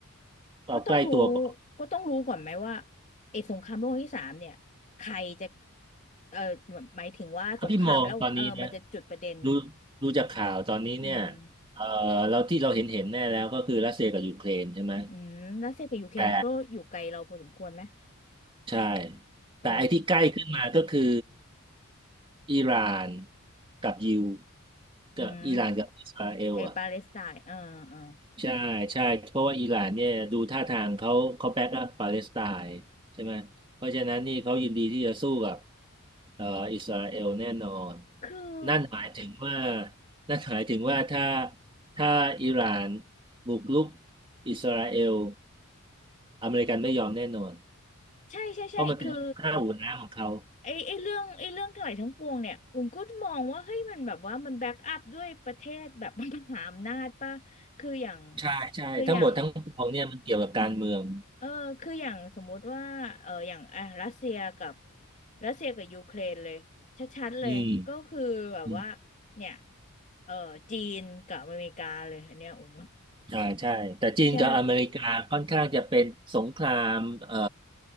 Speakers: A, on the right; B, on the left.
A: เอาใกล้ตัวก่อน
B: ก็ต้องรู้ก็ต้องรู้ก่อนไหมว่าไอ้สงครามโลกครั้งที่สามเนี่ยใครจะเออหมายถึงว่าสงครามแล้วเออมันจะจุดประเด็น
A: เท่าที่มองตอนนี้นะดูดูจากข่าวตอนนี้เนี่ย
B: อืม
A: เอ่อเราที่เราเห็นเห็นแน่แล้วก็คือรัสเซียกับยูเครนใช่ไหม
B: อืมรัสเซียกับยูเครนก็อยู่ไกลเราพอสมควรไหม
A: แต่ใช่
B: เออ
A: แต่ไอ้ที่ใกล้ขึ้นมาก็คืออิหร่านกับยิวกับอิหร่านกับอิสราเอลอ่ะ
B: อืมไอปาเลสไตน์เออเออ
A: ใช่ใช่เพราะว่าอิหร่านเนี่ยดูท่าทางเขาเขาแบ็กอัพปาเลสไตน์ใช่ไหมเพราะฉะนั้นนี่เขายินดีที่จะสู้กับเอ่ออิสราเอลแน่นอน
B: คือ
A: นั่นหมายถึงว่านั่นหมายถึงว่าถ้าถ้าอิหร่านบุกรุกอิสราเอลอเมริกันไม่ยอมแน่นอน
B: ใช่ใช่ใช่คือ
A: เพราะมันเป็นข้าวหัวน้ำของเขา
B: ไอไอเรื่องไอเรื่องทั้งหลายทั้งปวงเนี่ยอุ้มก็มองว่าเฮ้ยมันแบบว่ามันแบ็กอัพด้วยประเทศแบบ <laughs> มหาอำนาจป่ะคืออย่าง
A: ใช่ใช่ทั้งหมดทั้งปวงเนี่ยมันเกี่ยวกับการเมือง
B: คืออย่างเออคืออย่างสมมุติว่าเอออย่างอ่ะรัสเซียกับรัสเซียกับยูเครนเลยชัดๆเลยก็คือแบบว่า
A: อืม
B: เนี่ยเออจีนกับอเมริกาเลยอันเนี้ยอุ้ม
A: อ่าใช่แต่จีนกับอเมริกาค่อนข้างจะเป็นสงครามเอ่อ
B: ใช่